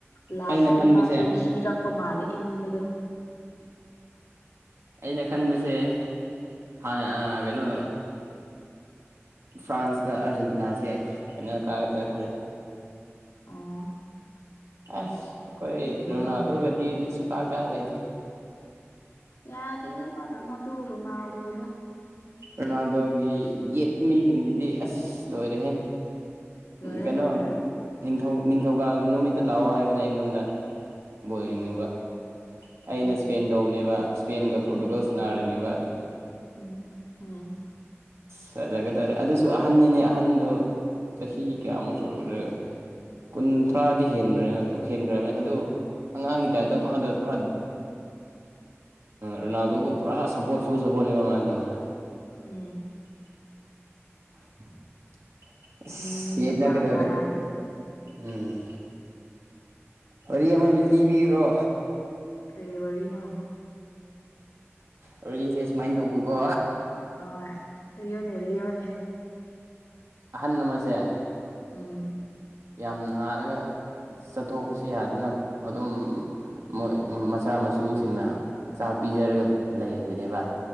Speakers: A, on the left (about 75°); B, on the right (about 70°).
A: ꯂꯥꯁꯗꯤ
B: ꯑꯩꯅ ꯈꯟꯕꯁꯦ
A: ꯃꯥꯁꯨ ꯈꯤꯔꯛꯄ ꯃꯥꯜꯂꯦ ꯏꯟꯕꯗꯣ
B: ꯑꯩꯅ ꯈꯟꯕꯁꯦ ꯍ ꯑ ꯀꯩꯅꯣ ꯐ꯭ꯔꯥꯟꯁꯀ ꯑꯥꯔꯖꯦꯟꯇꯤꯅꯥꯁꯦ ꯑꯩꯅ ꯀꯥꯒꯗ꯭ꯔꯥ ꯈꯜꯂꯦ
A: ꯑ
B: ꯑꯁ ꯑꯩꯈꯣꯏ ꯔꯣꯅꯥꯜꯗꯣꯒꯗꯤ
A: ꯉꯝꯗꯦ
B: ꯁꯨꯡꯀꯥ ꯀꯌꯥ ꯂꯩꯗ
A: ꯌꯥꯔ ꯏꯗ ꯃ ꯃꯗꯨꯔꯅꯅꯥꯎꯔꯗ
B: ꯔꯣꯅꯥꯜꯗꯣꯒꯤ ꯌꯦꯠꯄ ꯃꯤꯁꯤꯡꯗꯨꯗꯤ ꯑꯁ ꯂꯣꯏꯔꯦꯍꯦ
A: ꯂꯣꯏꯔꯦ
B: ꯀꯩꯅꯣ
A: ꯂꯣꯏꯔꯦ
B: ꯅꯤꯡꯊꯧ ꯅꯤꯡꯊꯧꯀꯥ ꯅꯨꯃꯤꯠꯇ ꯂꯥꯛꯑꯣ ꯍꯥꯏꯕꯅꯦ ꯑꯩꯉꯣꯟꯗ ꯕꯣꯜ
A: ꯎꯝ
B: ꯌꯦꯡꯅꯤꯡꯕ ꯑꯩꯅ
A: ꯎꯝ
B: ꯏꯁꯄꯦꯟ ꯇꯧꯕꯅꯦꯕ ꯏꯁꯄꯦꯟꯒ ꯄꯣꯔꯇꯨꯒꯜꯁ
A: ꯎꯝ
B: ꯅꯥꯔꯤꯅꯦꯕ
A: ꯎꯝ ꯎꯝ
B: ꯐꯖꯒꯗꯥꯔꯦ ꯑꯗꯨꯁꯨ ꯑꯍꯟꯅꯤꯅꯦ ꯑꯍꯟꯗꯣ ꯆꯍꯤ ꯀꯌꯥꯃꯨꯛ ꯁꯦ ꯀꯨꯟꯊ꯭ꯔꯥꯗꯤ ꯍꯦꯟꯕ ꯍꯦꯟꯈ꯭ꯔꯕꯅꯦ ꯑꯗꯨ ꯑꯉꯥꯡꯒꯤ ꯗꯥꯏꯠꯇꯣ ꯃꯥꯗꯣ ꯄꯨꯔꯥ ꯔꯣꯅꯥꯜꯗꯣꯕꯨ ꯄꯨꯔꯥ ꯁꯞꯄꯣꯔꯠ ꯐꯨꯜ ꯁꯞꯄꯣꯔꯠꯅꯦꯕ ꯀꯃꯥꯏꯅ ꯇꯧꯁꯦ
A: ꯎꯝ
B: <unintelligible> <unintelligible> ꯑꯁ
A: ꯃꯤ ꯃꯤꯅ
B: ꯌꯦꯠꯅꯒꯗꯧꯔꯦ
A: ꯄꯥꯝꯕ ꯍꯥꯏꯕꯗꯨ
B: ꯎꯝ ꯋꯥꯔꯤ ꯑꯃ ꯕꯤꯜꯗꯤ ꯄꯤꯨꯔꯣ
A: ꯀꯩ ꯋꯥꯔꯤꯅꯣ
B: ꯑꯗꯨꯔꯤꯁꯦ ꯁꯨꯃꯥꯏꯅ ꯇꯧꯕꯀꯣ
A: ꯑ ꯂꯑꯣꯅꯦ ꯂꯑꯣꯅꯦ
B: ꯑꯍꯟ ꯅꯃꯁꯦ
A: ꯎꯝ
B: ꯌꯥꯝ ꯅꯥꯔꯒ ꯆꯠꯊꯣꯛꯄꯁꯨ ꯌꯥꯗꯅ ꯑꯗꯨꯝ ꯃꯣꯏ ꯃꯆꯥ ꯃꯁꯨꯁꯤꯡꯅ ꯆꯥꯛ ꯄꯤꯖꯔꯒ ꯂꯩꯕꯅꯦꯕ